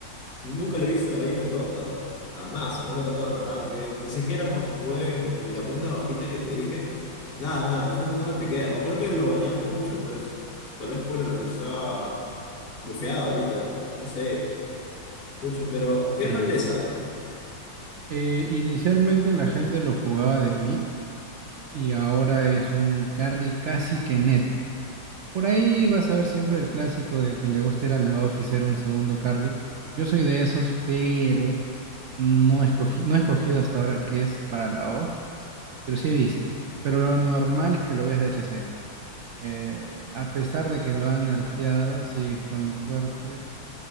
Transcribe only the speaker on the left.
nunca lo he visto ahí en el Dota. Jamás. No me ha tocado en Ranked. Ni siquiera cuando jugué en, en la cuenta bajita que te dije. Nada, nada, la gente no la piquea. O creo que lo banean mucho, pues. Tal vez por lo que está bufeado ahorita. No sé. Mucho, pero ¿qué
rol es esa?